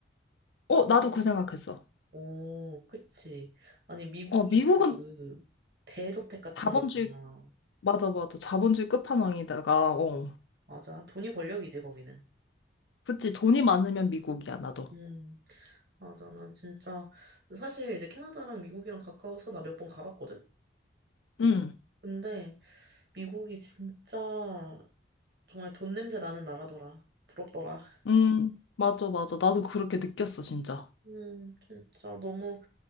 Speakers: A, on the left (about 80°); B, on the right (about 60°).
A: 어, 나도 그 생각했어.
B: 오, 그치. 아니, 미국이
A: 어, 미국은
B: 그, 대저택 같은
A: 자본주의,
B: 거 있잖아.
A: 맞아, 맞아. 자본주의 끝판왕이다가,
B: 어,
A: 어.
B: 맞아. 돈이 권력이지, 거기는.
A: 그치, 돈이 많으면 미국이야, 나도.
B: 음, 맞아. 나 진짜, 사실 이제 캐나다랑 미국이랑 가까워서 나 몇 번 가봤거든?
A: 응,
B: 근데 미국이 진짜 정말 돈 냄새 나는 나라더라. 부럽더라.
A: 응, 맞아, 맞아. 나도 그렇게 느꼈어, 진짜.
B: 음, 진짜 너무,